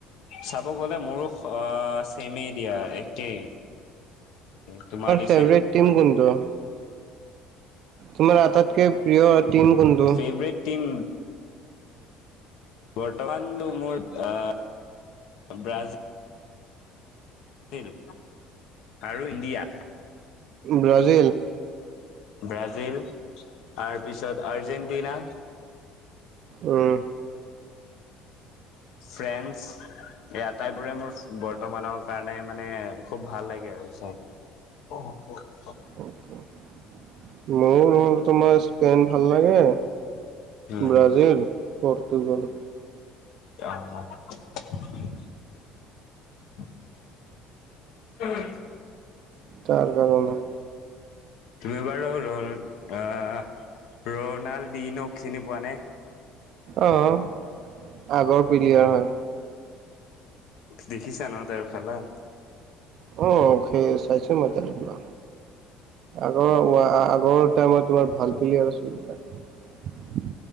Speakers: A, on the left (about 65°); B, on the right (about 50°).
A: চাব গ'লে মোৰো আহ চেমে দিয়া একেই। তোমাৰ নিচিনাই।
B: ফেভৰেট টিম কোনটো তোমাৰ আটাইতকৈ প্ৰিয় টিম কোনটো?
A: Favourite team. বৰ্তমান মোৰ অহ, ব্ৰাজিল। সেইটো। আৰু ইণ্ডিয়া।
B: ব্ৰাজিল।
A: ব্ৰাজিল তাৰপিছত, আৰ্জেণ্টিনা।
B: উম'।
A: ফ্ৰেন্স। এই আটাইবোৰে মোৰ বৰ্তমানৰ কাৰণে মানে খুব ভাল লাগে আৰু চাই। অহ', অহ'।
B: মোৰ হ'ল। তোমাৰ স্পেইন ভাল লাগে।
A: উম।
B: Brazil Portugal.
A: অহ'। উম'।
B: তাৰ কাৰণে।
A: তুমি বাৰু ৰনা অহ, ৰনাল্ডিনক চিনি পোৱা নে?
B: অহ' আগৰ পিলিয়াৰ হয়।
A: দেখিছা ন, তেওঁৰ খেলা।
B: অহ' চাইছো মই তেওঁৰ খেলা। আগৰ আগৰ টাইমত তোমাৰ ভাল পিলেয়াৰ আছিল।